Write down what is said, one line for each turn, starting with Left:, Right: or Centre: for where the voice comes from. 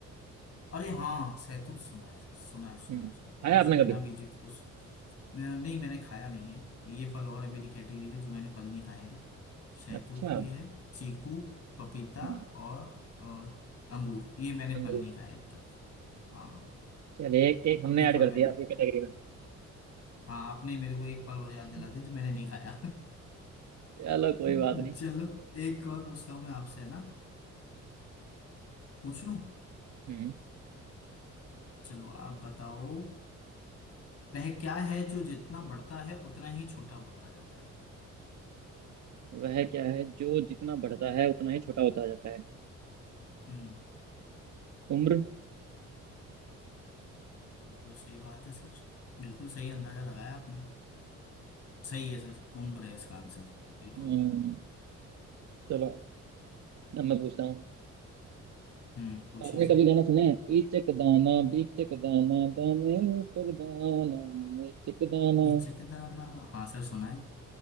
Left: अरे हाँ सैतूत सुना है सुना है सुना
Right: हम्म
Left: है सुना है
Right: खाया
Left: और उसको
Right: आपने
Left: बिना
Right: कभी
Left: बीज के- उस नहीं मैंने खाया नहीं है ये फल और है मेरी कैटेगरी में जो मैंने फल नहीं खाए हैं शहतूत
Right: अच्छा
Left: भी है चीकू पपीता
Right: हम्म
Left: और, और अंगूर ये मैंने
Right: अंगूर
Left: फल नहीं खाए अब तक हाँ
Right: चलिए एक एक हमने
Left: ये
Right: ऐड
Left: फल
Right: कर
Left: मैंने
Right: दिया आपकी कैटेगरी
Left: हाँ आपने मेरे को एक फल और याद दिला
Right: में
Left: दिया जो मैंने नहीं खाया
Right: चलो कोई
Left: <laughs>
Right: बात नहीं
Left: चलो एक और पूछता हूँ मैं आपसे है ना पूछ लूं
Right: हम्म
Left: चलो आप बताओ वह क्या है जो जितना बढ़ता है उतना ही छोटा होता जाता है
Right: वह क्या है जो जितना बढ़ता है उतना ही छोटा होता जाता है
Left: हम्म
Right: उम्र
Left: बिल्कुल सही बात है सर बिल्कुल सही अंदाजा लगाया आपने सही है सर उम्र है इसका आंसर बिल्कुल
Right: हम्म चलो अब मैं पूछता हूँ
Left: हम्म पूछिए
Right: आपने
Left: सर
Right: कभी गाना सुना है ईचक दाना बीचक दाना दाने ऊपर दाना ईचक दाना
Left: इचकदार ना हाँ सर सुना है